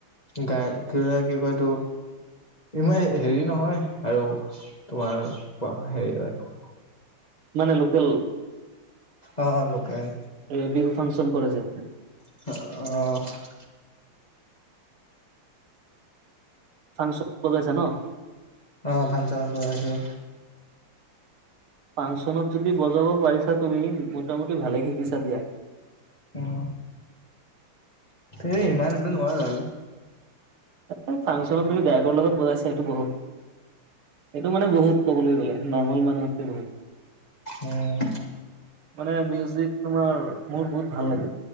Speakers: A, on the left; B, on the right.
A: গায়ক কি হয় কি কয় এইটো ইমান হেৰি নহয় আৰু তোমাৰ পা হেৰি হয়
B: মানে লোকেল
A: অ অ লোকেল
B: এ বিহু ফাংচন কৰে যে
A: অ
B: ফাংচন কৰি পাইছা ন
A: অ ভাংচন কৰি আহিলোআহিবো।
B: ফাংচনত যদি বজাব পাৰিছা তুমি মোটামুটি ভালে শিকিছা দিয়া।
A: উ এই ইমান এটা নোৱাৰো আৰু।
B: এ ফাংচনত তুমি গায়কৰ লগত বজাইছা এইটো বহুত এইটো মানে বহুত ক'বলৈ গ'লে নৰ্মেল মানুহ আছে বহুত।
A: উম,
B: মানে মিউজিক তোমাৰ মোৰ বহুত ভাল লাগে